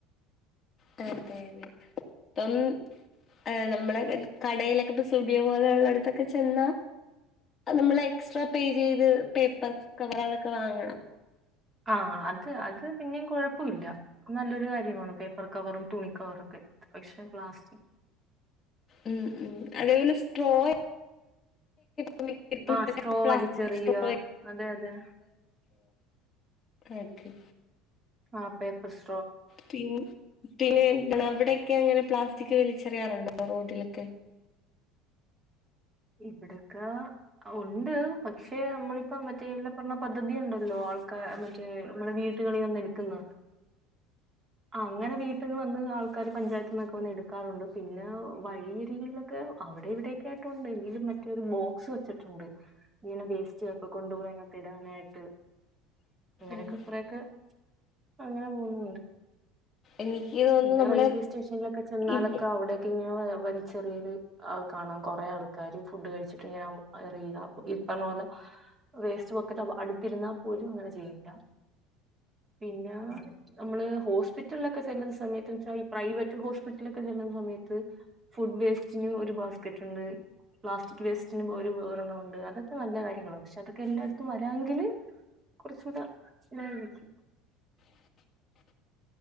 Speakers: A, on the left; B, on the right.
A: ക്കാൽതേദ് തൊൻ ഏഹ് നമ്മളെ കടയിലൊക്കെ ഇപ്പ സുബിയ പോലെള്ളട്ത്തൊക്കെ ചെന്നാ നമ്മള് എക്സ്ട്രാ പേ ചെയ്ത് പേപ്പർ കവർ അതൊക്കെ വാങ്ങണം
B: ആഹ് അത് അത് പിന്നെം കൊഴപ്പല്ല നല്ലൊരു കാര്യ പേപ്പർ കവറും തുണി കവറൊക്കെ പക്ഷെ പ്ലാസ്റ്റിക്
A: ഉം ഉം അതെപോലെ സ്ടോയൊക്ക <unintelligible>
B: ആ സ്ട്രോ വലിച്ചെറിയുക
A: സ്ട്രോ
B: അതെ അതെ
A: ആക്കി
B: ആഹ് പേപ്പർസ്
A: പിൻ പിന്നെ എന്താണ് അവ്ടെ ക്കങ്ങനെ പ്ലാസ്റ്റിക് വലിച്ചെറിയാറുണ്ടൊ? റോട്ടിലൊക്കെ
B: ഇവിടൊക്ക ഉണ്ട് പക്ഷെ നമ്മളിപ്പ മറ്റേ പറഞ്ഞ പദ്ധതി ണ്ടല്ലൊ ആൾക്ക മറ്റേ നമ്മളെ വീട് എട്ക്ക്ന്ന അങ്ങന വീ വന്ന് ആൾക്കാറ് പഞ്ചായത്ത്ന്നൊക്കെ വന്ന് എട്ക്കാറുണ്ട് പിന്നെ വഴിയരികിലൊക്കെ അവടെ ഇവടെയൊക്കായിട്ടുണ്ട് ല് മറ്റൊരു ബോക്സ് വച്ചിട്ടുണ്ട് ഇങ്ങനെ വേസ്റ്റൊക്കെ കൊണ്ടുപോയിനകത്തിടാനായിട്ട് അങ്ങനെയൊക്കെ
A: ഉം
B: കൊറേക്കെ അങ്ങനെ പോവുന്നുണ്ട്
A: എനിക്ക് തോന്നുന്നു
B: പിന്നെ
A: നമ്മള്
B: റെയിൽവേ സ്റ്റേഷനിലൊക്കെ ചെന്നാലൊക്കെ
A: ഇവ്
B: അവിടെക്കെങ്ങനെ വ ചെറിയൊര് ആൾക്കാണോ കൊറേ ആള് ക്കാരി ഫുഡ് കഴിച്ചിട്ടിങ്ങനെ എറിയുക ഇപ്പം പോലെ വേസ്റ്റ് ബക്കറ്റ് അട്ത്തിരുന്നാ പോലും ഇങ്ങനെ ചെയ്യില്ല പിന്നാ നമ്മള് ഹോസ്പിറ്റ്ലൊക്കെ ചെല്ല്ന്ന സമയത്ത് ഈ പ്രൈവറ്റ് ഹോസ്പിറ്റലൊക്കെ ചെല്ല്ന്ന സമയത്ത് ഫുഡ് വേസ്റ്റിന് ഒരു ബാസ്കറ്റ് ഉണ്ട് പ്ലാസ്റ്റിക് വേസ്റ്റിന് ഒരു വേറെന്നമുണ്ട് അതൊക്കെ നല്ല കാര്യങ്ങളാണ് പക്ഷെ അതൊക്കെ എല്ലായിടത്തും വരാമെങ്കില് കുറച്ചു കൂടെ എായിക്ക <unintelligible>
A: <inaudible>